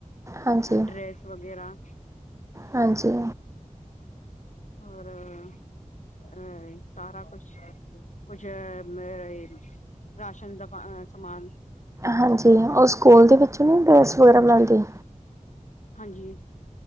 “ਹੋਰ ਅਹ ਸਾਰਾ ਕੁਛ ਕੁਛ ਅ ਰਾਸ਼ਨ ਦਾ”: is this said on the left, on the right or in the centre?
Left